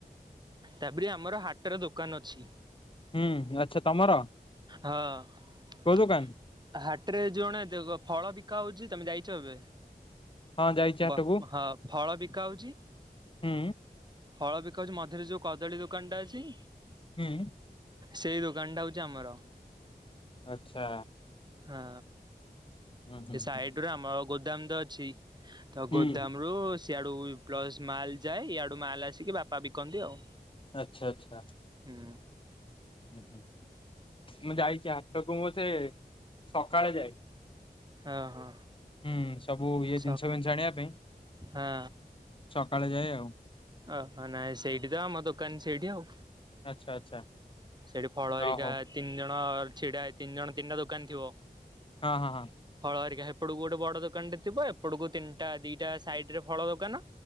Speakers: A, on the right; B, on the left.
A: ତାପରେ ଆମର ହାଟର ଦୋକାନ ଅଛି।
B: ହୁଁ ଆଚ୍ଛା ତମର?
A: ହଁ
B: କୋଉ ଦୋକାନ
A: ହାଟ ରେ ଯୋଣେ ଦେଖ ଫଳ ବିକା ହଉଛି ତମେ ଯାଇଛ ଏବେ।
B: ହଁ ଯାଇଛି ହାଟକୁ
A: ବା ହଁ ଫଳ ବିକା ହଉଛି।
B: ହୁଁ
A: ଫଳ ବିକାହଉଛି ମଝିରେ ଯୋଉ କଦଳୀ ଦୋକାନଟା ଅଛି-
B: ହୁଁ
A: ସେଇ ଦୋକାନଟା ହଉଛି ଆମର।
B: ଆଚଛା
A: ହଁ
B: ହୁଁ।
A: ସେ ସାଇଡ ରୁ ଆମ ଗୋଦାମ ତ ଅଛି ତ
B: ହୁଁ
A: ଗୋଦାମ ରୁ- ସଆଡୁ ପ୍ଲସ ମାଲ ଯାଏ ଇଆଡୁ ମାଲ ଆସିକି ବାପା ବିକନ୍ତି ଆଉ।
B: ଆଚ୍ଛା ଆଚ୍ଛା।
A: ହୁଁ।
B: ହୁଁ, ମୁଁ ଯାଇଛି ହାଟକୁ ମୁ ସେ ସକାଳେ ଯାଏ।
A: ଓହୋ
B: ହୁଁ ସବୁ ଇଏ
A: ସ
B: ଜିନିଷ ଫିନିଷ ଜାଣିବା ପାଇଁ
A: ହଁ
B: ସକାଳେ ଯାଏ ଆଉ।
A: ଓହ ନାଇଁ ସେଇଠି ତ ଆମ ଦୋକାନ ସେଇଠି ଆଉ।
B: ଆଚ୍ଛା ଆଚ୍ଛା
A: ସେଠି ଫଳ ହେରିକା
B: ହ ହଉ
A: ତିନି ଜଣ ଛିଡା, ତିନି ଜଣ ତିନିଟା ଦୋକାନ ଥିବ।
B: ହଁ ହଁ ହଁ।
A: ହରିକା ହେପଟକୁ ଗୋଟେ ବଡ଼ ଦୋକାନଟେ ଥିବ। ଏପଟକୁ ତିନିଟା ଦିଇଟା ସାଇଡରେ ଫଳ ଦୋକାନ